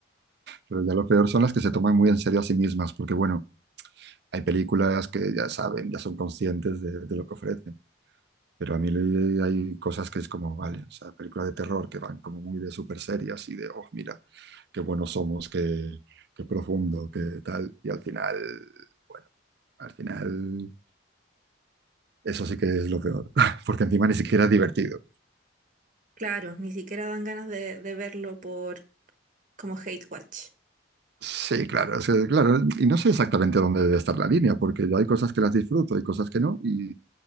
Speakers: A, on the right; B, on the right.
A: pero ya lo peor son las que se toman muy en serio a sí mismas, porque bueno. hay películas que ya saben, ya son conscientes de, de lo que ofrecen. Pero a mí le- hay cosas que es como, vale, o sea, películas de terror que van como muy de súper serias y de, oh, mira, qué buenos somos, qué, qué profundo, qué tal. Y al final, bueno, al final eso sí que es lo peor, <laughs> porque encima ni siquiera es divertido.
B: Claro, ni siquiera dan ganas de, de verlo por como hate watch.
A: Sí, claro, es que, claro, y no sé exactamente dónde debe estar la línea, porque yo hay cosas que las disfruto, hay cosas que no, y, y